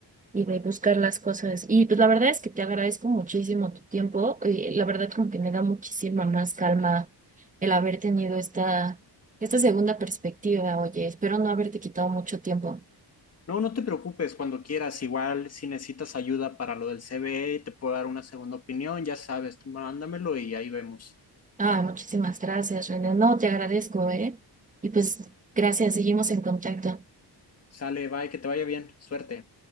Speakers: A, on the right; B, on the left.
A: y de buscar las cosas. Y pues la verdad es que te agradezco muchísimo tu tiempo. Y la verdad como que me da muchísima más calma el haber tenido esta, esta segunda perspectiva. Oye, espero no haberte quitado mucho tiempo.
B: No, no te preocupes, cuando quieras, igual si necesitas ayuda para lo del C CBE, te puedo dar una segunda opinión, ya sabes, tú mándamelo y ahí vemos.
A: Ah, muchísimas gracias, René. No, te agradezco, ¿eh? Y pues gracias, seguimos en contacto.
B: Sale, bye, que te vaya bien, suerte.